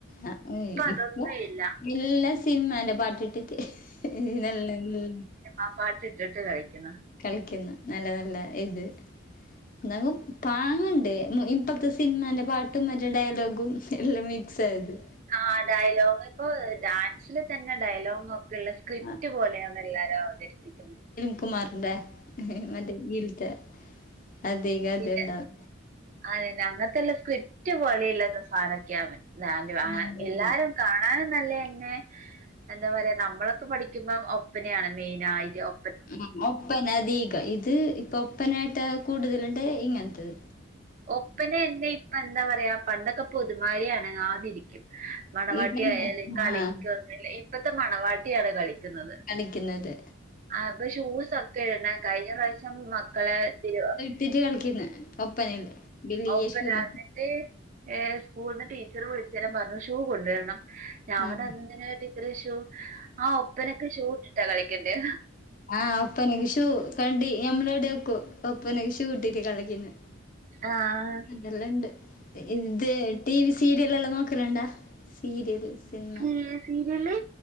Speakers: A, on the left; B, on the right.
A: ആഹ്
B: അതൊന്നും
A: ഇപ്പൊ
B: ഇല്ല
A: എല്ലാ സിനിമന്റെ പാട്ട് ഇട്ടിട്ട്. ഇഈ നല്ലല്ലേ
B: ആഹ് പാട്ട് ഇട്ടിട്ട് കളിക്കുന്ന.
A: കളിക്കുന്ന് നല്ല നല്ല ഇത് എന്നിലും കാണണ്ടേ ഇപ്പഴത്തെ സിനിമാൻ്റെ പാട്ടും മറ്റേ ഡയലോഗും എല്ലാം മിക്സ് ആയത്-
B: ആഹ് ഡയലോഗ് പ്പ് ഡാൻസില് തന്നെ ഡയലോഗ് ള്ള സ്ക്രിപ്റ്റ്
A: ആ
B: പോലെയാണ് എല്ലാരും അവതരിപ്പിക്കുന്നേ-
A: ക്കമാറിന്റെ മറ്റേ ൽത്തെ അതേക
B: പിന്നെ
A: അതേ ഉണ്ടാവും.
B: അതന്നെ അങ്ങനത്തെല്ല സ്ക്രിപ്റ്റ് പൊലേ യില്ലെ സാനക്കെണ് ഞ
A: ആ, അതന്നെ
B: എല്ലാരും കാണാനും നല്ലന്നെ എന്താ പറയാ നമ്മളൊക്കെ പഠിക് ക്കുമ്പോ ഒപ്പനയാണ് മെയിനായിട്ട് ഒ
A: ആ ഒപ്പന അധീക ഇത് ഇപ്പൊ ഒപ്പനായിട്ട് കൂടുതലുണ്ട് ഇങ്ങനത്തെത്.
B: ഒപ്പന എന്നെ ഇപ്പൊ എന്താ പറയാ പണ്ടൊക്കെ പൊതുമാരി അനങ്ങാതിരിക്കും. മണവാട്ടിയായാല്
A: ഇതന്നെ
B: കളിക്കൊന്നില്ല
A: ആഹ്
B: ഇപ്പത്തെ മണവാട്ടിയാണ് കളി ക്കുന്നത്
A: കളിക്കുന്നത്
B: അ ഇപ്പ ഷൂസർക് യ്യന്നേകഴിഞ്ഞ പ്രാവാശ് ക്കം മക്കളെ തിരുവ
A: തിരുകളിക്കുന്ന ഒപ്പനയിൽ ബലിയശുമ
B: ഒപ്പന എന്നിട്ട് ഏഹ് സ്കൂളന്ന് ടീച്ചർ വിളിച്ചല്ലാം പറഞ്ഞു ഷൂ കൊണ്ടുവരണം ഞപറഞ്ഞ്
A: ആഹ്
B: എന്തിന ടീ ച്ചറേ ഷൂ ആഹ് ഒപ്പനക്ക് ഷൂ ഇട്ടിട്ടാ കളിക്കണ്ടേ
A: ആഹ് ഒപ്പനക്ക് ഷൂ കണ്ടി ഞമ്മളോടെ വെക്കു ഒപ്പനക്ക് ഷൂ ഇട്ടിട്ട് കളിക്കന്ന്.
B: ആഹ്
A: ഇതെല്ലാണ്ട് ഇത് ടീവി സീരിയലെല്ലാം നോക്കലുണ്ടാ സീരിയൽ സിനിമ
B: ഈ സീരിയല്